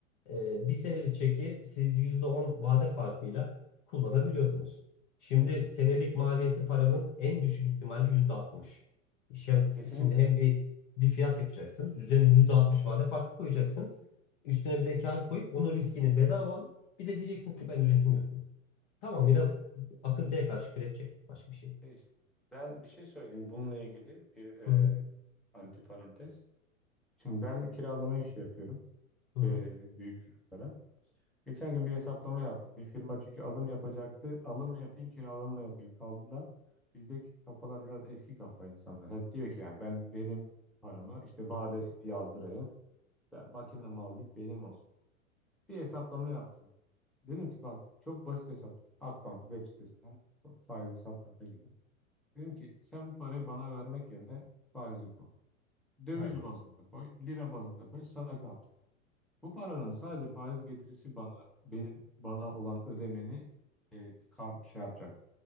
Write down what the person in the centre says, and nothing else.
Evet,
kesinlikle.
E işte, ben bir şey söyleyeyim bununla ilgili bir e,
antiparantez. Şimdi ben kiralama işi yapıyorum
e, büyük firmalara. Geçen gün bir hesaplama yaptık. Bir firma çünkü alım yapacaktı. Alım mı yapayım, kiralama mı yapayım kaldılar. Bizdeki kafalar biraz eski kafa insanlar. Hep diyor ki yani ben benim paramı işte vadesi yazdırayım. Ben makinemi alayım benim olsun. Bir hesaplama yaptım. Dedim ki bak çok basit hesaplama. Akbank web sitesinden faiz hesaplarına girdim. Dedim ki sen bu parayı bana vermek yerine faize koy. Döviz
bazında koy, lira bazında koy, sana kal. Bu paranın sadece faiz getirisi bana benim bana olan ödemeni e, kar, şey yapacak.